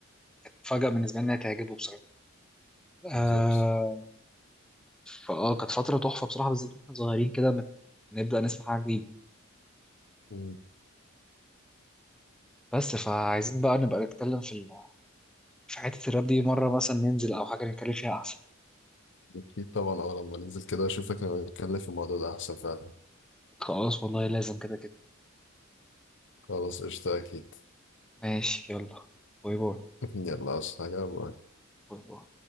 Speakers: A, in the centre; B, on the left.
A: كانت فجأة بالنسبه لي انها تعجبه بصراحه آه
B: بالظبط
A: فاه كانت فتره تحفه بصراحه بالذات واحنا صغيرين كده مت- نبدا نسمع حاجه جديده
B: مم.
A: بس فعايزين بقى نبقى نتكلم في ال- في حته الراب دي مره مثلا ننزل او حاجه نتكلم فيها احسن
B: اكيد طبعا اه لما ننزل كده اشوفك نبقى نتكلم في الموضوع ده احسن فعلا
A: خلاص والله لازم كده كده
B: خلاص قشطة اكيد
A: ماشي يلا باي باي
B: <laughs> يلا عاوز حاجة باي
A: باي باي